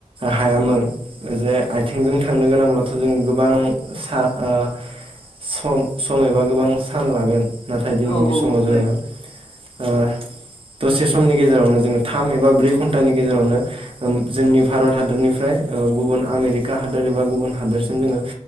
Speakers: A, on the right; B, on the left.
A: हायामोन जे आइथिं। थांनो गोनांब्लाथ जों गोबां सा ओ। सम सम एबा गोबां सान लागोन नाथाय दिनैनि
B: औ औ
A: समाव
B: औ लायो
A: जोङो। ओ। दसे समनि गेजेरावनो जोङो थाम एबा ब्रै घन्टानि गेजेरावनो जोंनि भारत हादरनिफ्राय। गुबुन आमेरिका हादोर एबा गुबुन हादोरसिम जोङो